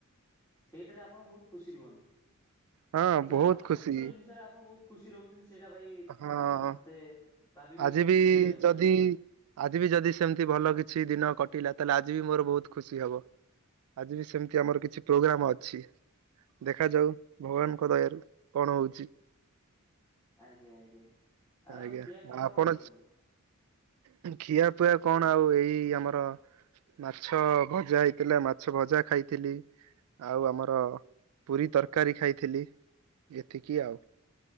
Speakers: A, on the left; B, on the right.
A: ସେଇଥିରେ ଆପଣ ବହୁତ ଖୁସି ରୁହନ୍ତି।
B: ହଁ
A: ଯାହା
B: ବହୁତ
A: ହଉ
B: ଖୁସି
A: ଛୋଟ ଛୋଟ ଜିନିଷରେ ଆପଣ ବହୁତ ଖୁସି ରହୁଛନ୍ତି ସେଇଟା ଭାଇ
B: ହଁ
A: ଉ ମତେ ଭାବିକି
B: ଆଜି
A: ବହୁତ
B: ବି
A: ଖୁସି ଲାଗୁଛି
B: ଯଦି ଆଜି ବି ଯଦି ସେମିତି ଭଲ କିଛି ଦିନ କଟିଲା ତାହେଲେ ଆଜି ବି ମୋର ବହୁତ ଖୁସି ହବ। ଆଜି ବି ସେମିତି ଆମର କିଛି ପ୍ରୋଗ୍ରାମ ଅଛି। ଦେଖାଯାଉ ଭଗବାନଙ୍କ ଦୟାରୁ କଣ ହଉଛି।
A: ଆଜ୍ଞା ଆଜ୍ଞା। ଆଉ
B: ଆଜ୍ଞା
A: ଖିଆପିଆ
B: ଆପଣ
A: କଣ କରିଛନ୍ତି?
B: ଖିଆ ପିଆ କଣ ଆଉ ଏଇ ଆମର ମାଛ ଭଜା ହେଇଥିଲା ମାଛ ଭଜା ଖାଇଥିଲି। ଆଉ ଆମର ପୁରୀ ତରକାରୀ ଖାଇଥିଲି। ଏତିକି ଆଉ।